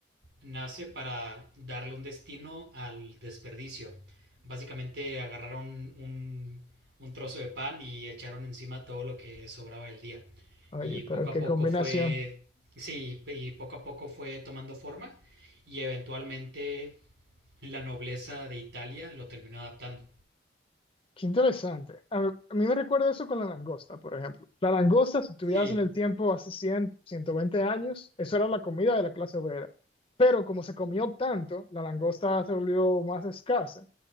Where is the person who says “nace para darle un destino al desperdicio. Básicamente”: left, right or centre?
Right